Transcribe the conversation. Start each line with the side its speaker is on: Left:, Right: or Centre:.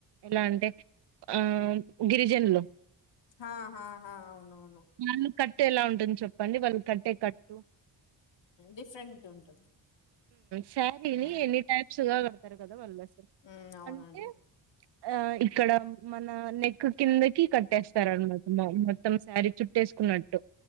Right: ఎలా అంటే ఆ గిరిజనులు
Left: హా హాహా అవునవును.
Right: మనం కట్టేలా కట్టు ఎలా ఉంటుంది చెప్పండి వాళ్ళు కట్టే కట్టు
Left: డిఫరెంట్ ఉంటుంది.
Right: శారీని
Left: ఉమ్
Right: ఎన్ని టైప్స్ గా కడతారు కదా? వాళ్ళుసలు
Left: ఉమ్ అవునండి
Right: అంటే ఆ ఇక్కడ మన నెక్ కిందకి కట్టేస్తారనమాట మొత్తం శారీ చుట్టేసుకున్నట్టు.